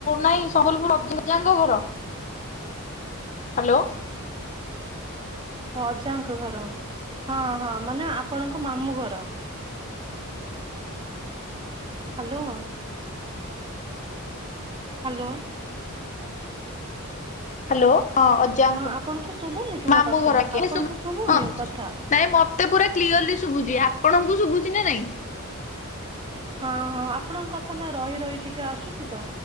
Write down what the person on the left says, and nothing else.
ନାଇଁ ସମ୍ବଲପୁର <unintelligible> ଙ୍କ ଘର। ହାଲୋ।
ହାଲୋ ହଁ ଅଜାଙ୍କ
ମାମୁଁ
ଘର ଆଜ୍ଞା।
ହଁ
ନାଇଁ ମତେ ପୁରା କ୍ଲିୟରଲି ଶୁଭୁଛି ଆପଣଙ୍କୁ ଶୁଭୁଛି ନା ନାଇଁ?